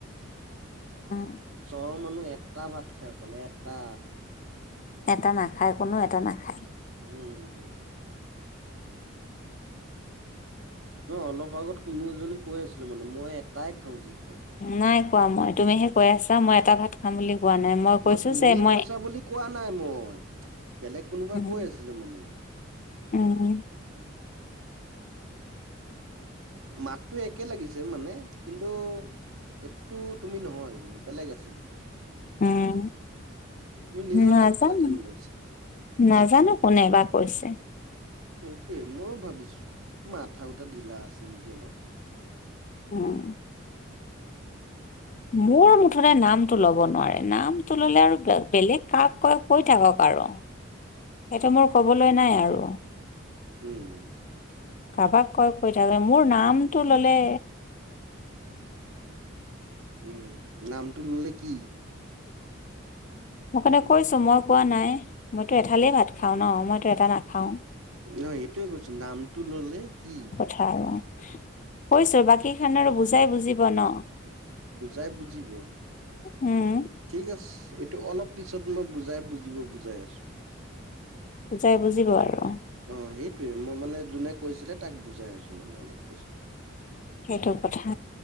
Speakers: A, on the left; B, on the right.
A: উম।
B: চহৰৰ মানুহ এটা ভাত খাই অকল এটা
A: এটা নাখায়, কোনো এটা নাখায়।
B: উম। নহয় অলপ আগত কোনো এজনী কৈ আছিলোঁ মানে মই এটাই খাওঁ যি খাওঁ
A: নাই কোৱা মই তুমিহে কৈ আছা মই এটা ভাত খাম বুলি। কোৱা নাই মই
B: ন
A: কৈছো
B: তুমি
A: যে মই
B: কৈছা বুলি কোৱা নাই মই বেলেগ কোনোবা
A: উম
B: কৈ আছিলে মানে
A: উম,
B: মাতটো একে লাগিছে মানে কিন্তু এইটো তুমি নহয় বেলেগ আছিলে
A: উম।
B: উম, তুমি নিজৰ
A: নাজানো
B: গাত কেলে টানি লৈছা
A: নাজানো কোনে বা কৈছে।
B: সেইটোৱেই ময়ো ভাবিছো মাথা উটা ঢিলা আছে নেকি অলপ।
A: উম। মোৰ মুঠতে নামটো ল'ব নোৱাৰে নামটো ললে আৰু বেল বেলেগ কাক কৈ, কৈ থাকক আৰু।
B: <inaudible>
A: সেইটো মোৰ কবলৈ নাই আৰু।
B: উম।
A: কাবাক কয় কৈ থাকে, মোৰ নামটো ললে।
B: উম, নামটো ললে কি?
A: মোৰ কাৰণে কৈছো মই কোৱা নাই, মইতো এঠালেই ভাত খাওঁ ন, মইতো এটা নাখাওঁ।
B: নহ সেইটোয়ে কৈছো নামটো ললে কি?
A: চাল্লা কৈছে বাকী খান আৰু বুজাই বুজিব ন?
B: বুজাই বুজিব।
A: উম।
B: ঠিক আছে এইটো অলপ পিছত মই বুজাই বুজিব বুজাই আছো।
A: বুজায় বুজিব আৰু।
B: অ 'সেইটোৱে মই মানে যোনে কৈছিলে তাক বুজাই আছো মানে অলপ পিছত।
A: সেইটো কথা।